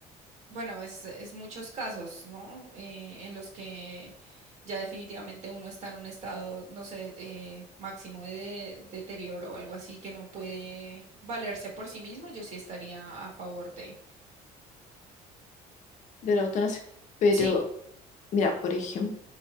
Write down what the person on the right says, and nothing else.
Bueno, es, es muchos casos, ¿no? Eh, en los que ya definitivamente uno está en un estado, no sé, eh, máximo de, de- deterioro o algo así que no puede valerse por sí mismo, yo sí estaría a favor de.
Sí.